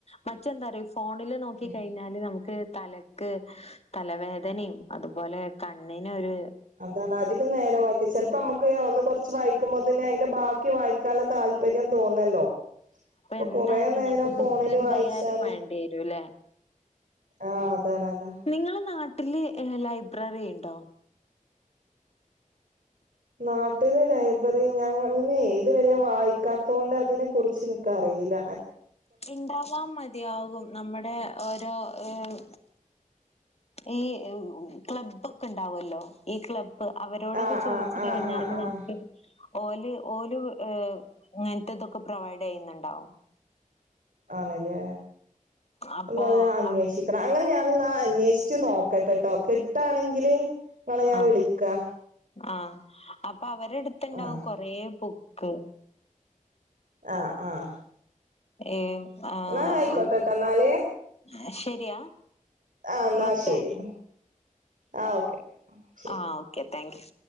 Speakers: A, on the left (about 50°); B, on the right (about 75°).
A: മറ്റെന്താറിയോ ഫോണില് നോക്കി
B: ഉം
A: കഴിഞ്ഞാ- എന്ന് പറഞ്ഞാല് നമുക്ക് തലക്ക് തലവേദനയും അതുപോലെ കണ്ണന് ഒരു-
B: അതാണ് അധികം നേരം വായിക്കാൻ ചെലപ്പോ നമ്മുക്ക് ഒന്ന് കൊറച്ച് വായിക്കുമ്പോ തന്നെ അതിന്റെ ബാക്കി വായിക്കാനുള്ള താൽപ പര്യം തോന്നല്ലോ അപ്പൊ
A: എന്തായാലും
B: കൊറ നേരം
A: ഇങ്ങക്ക്
B: ഫോണില്
A: ബുക്ക് എന്തായാലും
B: വായിച്ചാല്-
A: വേണ്ടി വരൂല്ലേ
B: ആഹ് അതാണ് അതാ.
A: നിങ്ങളെ നാട്ടില് ലൈബ്രറി ഉണ്ടോ?
B: നാട്ടില് ലൈബ്രറി ഞങ്ങെനെ ഇതു വരെയും വായിക്കാത്തോണ്ട് അതിനെ കുറിച്ച് - എനിക്ക് അറിയില്ല
A: ഇണ്ടാവാ മതിയാകും നമ്മുടെ ഓരോ ഏഹ് ഈ ക്ലബ്ബ് ഒക്കെ ഇണ്ടാവല്ലോ ഈ ക്ലബ്- ബ്ബ് അവരോടൊക്കെ
B: ആഹ്
A: ചോദിച്ചു
B: ആഹ് ആഹ്
A: കഴിഞ്ഞാല്
B: ആഹ് ആഹ്
A: നമുക്ക്- ഓല് ഓലു ഇങ്ങെനത്തെ ഒക്കെ പ്രൊവൈഡ് ചെയ്യുന്നുണ്ടോ
B: ആണ് അല്ലേ
A: അപ്പൊ
B: ഒന്ന് പോയി അന്വേഷിക്കണം.
A: അവിടുന്ന്
B: അങ്ങനെ ഞാനൊന്ന് അന്വേഷിച്ച് നോക്കട്ടെട്ടോ കിട്ടാണെങ്കിൽ. നിങ്ങളെ ഞാൻ
A: ആഹ്
B: വിളിക്കാം
A: ആഹ് അപ്പ അവരെടെ അടുത്ത് ഉണ്ടാവും
B: ആഹ്
A: കൊറെ ബുക്ക്‌
B: ആഹ് ആഹ്.
A: ഏയ് ആഹ്
B: എന്നാ ആയിക്കോട്ടെട്ടോ എന്നാല്
A: അയ് ശരിയാ.
B: ആഹ് എന്നാ
A: വെക്കാണോ
B: ശെരി ആ ഓക്കെ. ശരി
A: ആഹ് ഓക്കെ, താങ്ക് യു.